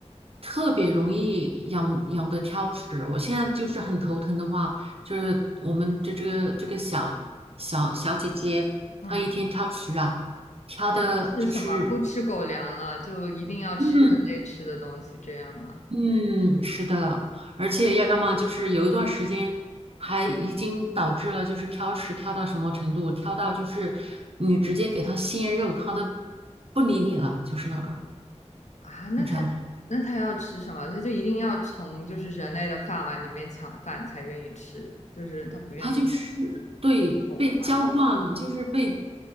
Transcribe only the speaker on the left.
嗯，
它它是什么？不吃狗粮了，就一定要吃人类吃的东西，
这样吗？
啊，那它那它要吃什么？
它就一定要从就是人类的饭碗里面抢饭才愿意吃，就是它不愿意。
狗饭。